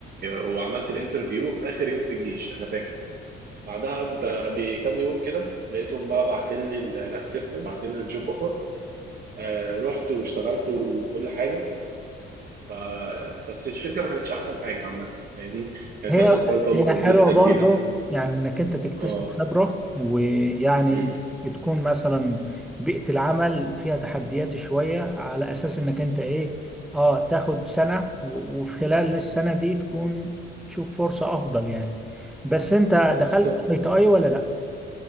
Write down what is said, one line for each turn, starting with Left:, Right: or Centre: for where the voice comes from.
Right: وعملت الانترفيو في اخر يوم في الجيش انا فاكر بعدها ب... بكام يوم كده لقيتهم بقى بعتلي الاكسبتنس بعتلي الجوب اوفر آه رحت واشتغلت وكل حاجه ف... بس الشركه ما كانتش احسن حاجه عامه فاهمني كانت
Centre: هي
Right: لسه ستارت اب
Centre: هي
Right: وكانت
Centre: حلوة
Right: لسه
Centre: برضه
Right: جديده
Centre: يعني انك انت تكتسب
Right: اه
Centre: خبرة ويعني
Right: مم.
Centre: بتكون مثلا بيئة العمل فيها تحديات شوية على اساس انك انت ايه اه تاخد سنة و- وفي خلال السنة دي تكون تشوف فرصة افضل يعني بس انت دخلت
Right: بالظبط
Centre: اي تي اي ولا لا